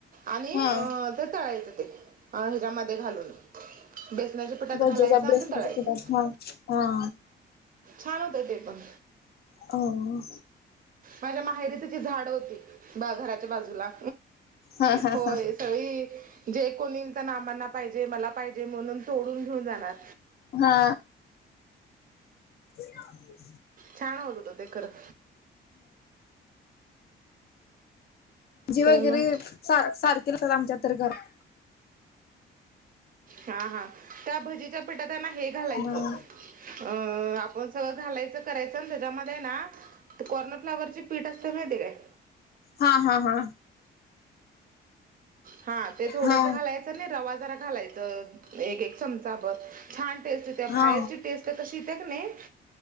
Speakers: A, on the right (about 45°); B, on the left (about 50°).
A: आणि
B: हा
A: अ ते तळायच ते ह्याच्यामध्ये घालून- बेसनाच्या पिठात
B: भजे
A: घालायचं
B: ज्यात बेसनच्या
A: आणि ते तळायचं
B: पिटात हा
A: छान होतं ते पण
B: आ अ
A: माझ्या माहेरी त्येची झाड होती घराच्या बाजूला
B: हा हा
A: होय.
B: हा
A: सगळी जे कोणी येईल ते ना मांना पाहिजे मला पाहिजे म्हणून तोडून घेऊन जाणार
B: हा <unintelligible>
A: छान होत होत ते खर-
B: भजे वगैरे
A: मग
B: सां सारखे लागतात आमच्या तर घरा
A: हा हा त्या भजीच्या पिठात हाय ना हे घालायचं
B: घर
A: अं आपण सगळं घालायचं करायचं ना त्याच्यामध्ये ना ते कॉर्नफ्लाॉवरची पीठ असते माहिती ये काय
B: हा हा हा
A: हा ते थोडंस
B: हा
A: घालायचं आणि रवा जरा घालायचं एक एक चमचाभर छान टेस्ट येत्या
B: हा
A: भायरची टेस्ट कशी येत्या क नाही